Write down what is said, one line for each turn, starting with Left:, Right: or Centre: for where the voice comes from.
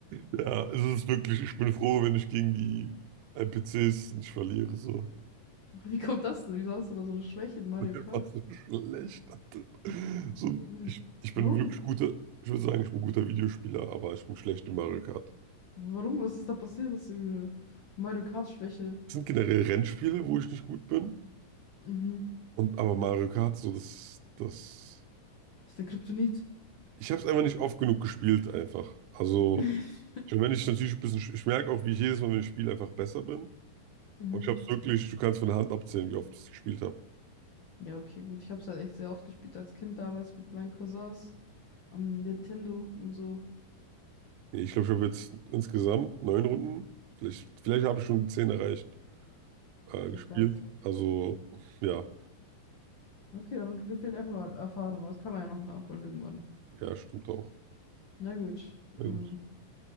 Right: Ja, es ist wirklich, ich bin froh, wenn ich gegen die N P Cs nicht verliere, so. <laughs>
Left: Wie kommt das denn? Wieso hast du da so eine Schwäche in Mario
Right: Ich bin
Left: Kart?
Right: einfach so schlecht darin. So,
Left: Mhm.
Right: ich, ich
Left: Warum?
Right: bin wirklich guter, ich würde sagen, ich bin ein guter Videospieler, aber ich bin schlecht in Mario Kart.
Left: Warum? Was ist da passiert? Hast du eine Mario Kart-Schwäche?
Right: Es sind generell Rennspiele, wo ich nicht gut bin.
Left: Mhm.
Right: Und aber Mario Kart, so das, das.
Left: Das ist der Kryptonit.
Right: Ich habe es einfach nicht oft genug gespielt, einfach. Also,
Left: <laughs>
Right: schon wenn ich natürlich ein bisschen, ich merke auch, wie ich jedes Mal, wenn ich spiele, einfach besser bin.
Left: Mhm.
Right: Aber ich habe es wirklich, du kannst von der Hand abzählen, wie oft ich es gespielt habe.
Left: Ja, okay, gut. Ich habe es halt echt sehr oft gespielt als Kind damals mit meinen Cousins am Nintendo und so.
Right: Nee, ich glaube, ich habe jetzt insgesamt neun Runden, vielleicht, vielleicht habe ich schon die zehn erreicht, äh,
Left: Okay,
Right: gespielt.
Left: krass.
Right: Also, ja,
Left: Okay, dann dir fehlt einfach nur Erfahrung, aber das kann man ja noch nachholen irgendwann.
Right: ja, stimmt auch.
Left: Na gut.
Right: Na
Left: Ähm.
Right: gut.